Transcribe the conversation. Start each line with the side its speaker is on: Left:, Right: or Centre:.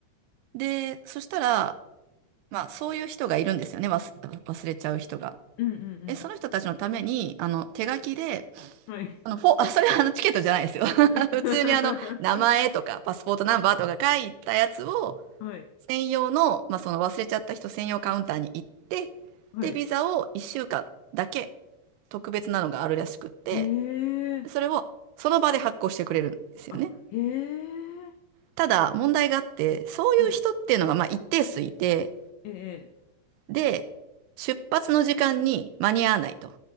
Right: で、そしたら、まあ、そういう人がいるんですよね、忘、忘れちゃう人が。
Left: うん、うん、うん、
Right: え、その人たちのために、あの、手書きで、
Left: はい。
Right: あの、フォ、あ、それはあの、チケットじゃないですよ。<laughs>
Left: <laughs>
Right: 普通にあの、名前とか、パスポートナンバーとか書いたやつを、
Left: はい。
Right: 専用の、まあ、その忘れちゃった人専用カウンターに行って、
Left: はい。
Right: で、ビザを1週間だけ特別なのがあるらしくって、
Left: へえ。
Right: それをその場で発行してくれるんですよね。
Left: あ、へえ。
Right: ただ、問題があって、そういう人っていうのが、
Left: はい。
Right: まあ、一定数いて、
Left: ええ、
Right: で、出発の時間に間に合わないと。